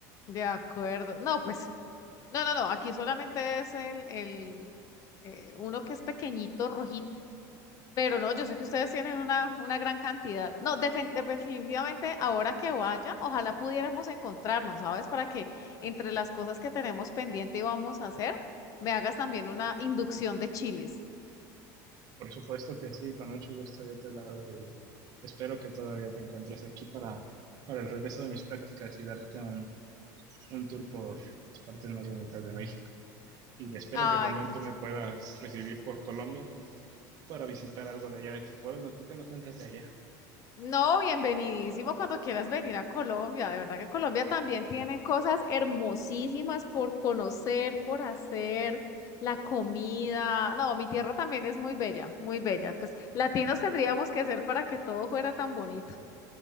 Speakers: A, on the left (about 35°); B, on the right (about 40°).
A: De acuerdo. No, pues, no, no, no, aquí solamente es el, el, eh, uno que es pequeñito, rojito Pero no, yo sé que ustedes tienen una, una gran cantidad. No, defen- de- definitivamente ahora que vaya, ojalá pudiéramos encontrarnos, ¿sabes? Para que entre las cosas que tenemos pendiente y vamos a hacer, me hagas también una inducción de chiles.
B: Por supuesto que sí, con mucho gusto yo te la hago y espero que todavía te encuentres aquí para, para el regreso de mis prácticas y darte un, un tour por las partes más bonitas de México. Y espero
A: Ay,
B: que también
A: qué...
B: tú
A: ch-
B: me puedas recibir por Colombia para visitar algo de allá de tu pueblo. ¿Tú qué me cuentas de allá?
A: No, bienvenidísimo cuando quieras venir a Colombia. De verdad que Colombia también tiene cosas hermosísimas por conocer, por hacer, la comida. No, mi tierra también es muy bella, muy bella. Pues latinos tendríamos que ser para que todo fuera tan bonito.